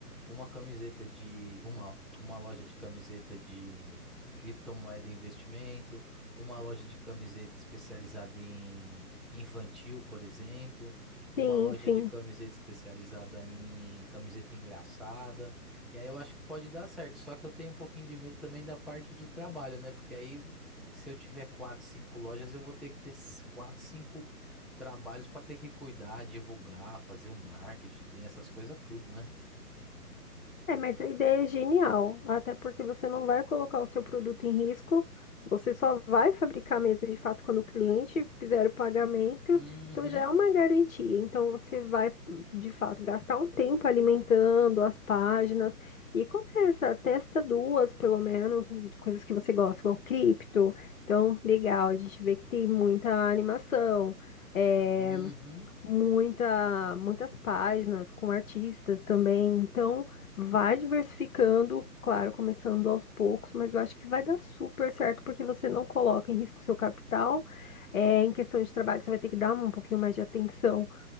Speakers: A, in the centre; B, on the left.
A: uma camiseta de uma, uma loja de camiseta de criptomoeda e investimento, uma loja de camiseta especializada em infantil, por exemplo,
B: Sim,
A: uma loja
B: sim.
A: de camiseta especializada em camiseta engraçada. E aí eu acho que pode dar certo, só que eu tenho um pouquinho de medo também da parte do trabalho, né? Porque aí se eu tiver quatro, cinco lojas, eu vou ter que ter esses quatro, cinco trabalhos para ter que cuidar, divulgar, fazer o marketing, tem essas coisas tudo, né?
B: É, mas a ideia é genial, até porque você não vai colocar o seu produto em risco, você só vai fabricar mesmo de fato quando o cliente fizer o pagamento,
A: Uhum.
B: então já é uma garantia. Então você vai de fato gastar um tempo alimentando as páginas e começa, testa duas pelo menos, coisas que você gosta, igual cripto. Então, legal, a gente vê que tem muita animação. É,
A: Uhum.
B: muita, muitas páginas com artistas também. Então, vai diversificando, claro, começando aos poucos, mas eu acho que vai dar super certo porque você não coloca em risco o seu capital. É, em questão de trabalho, você vai ter que dar um pouquinho mais de atenção